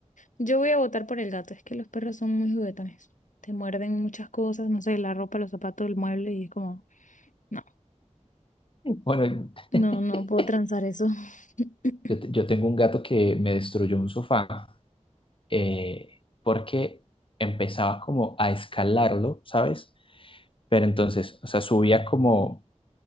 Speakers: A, on the left; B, on the left.
A: Yo voy a votar por el gato, es que los perros son muy juguetones. Te muerden muchas cosas, no sé, la ropa, los zapatos, el mueble y es como, no,
B: Bueno,
A: no,
B: <laughs>
A: no puedo transar eso. <laughs>
B: yo, te- yo tengo un gato que me destruyó un sofá eh, porque empezaba como a escalarlo, ¿sabes? Pero entonces, o sea, subía como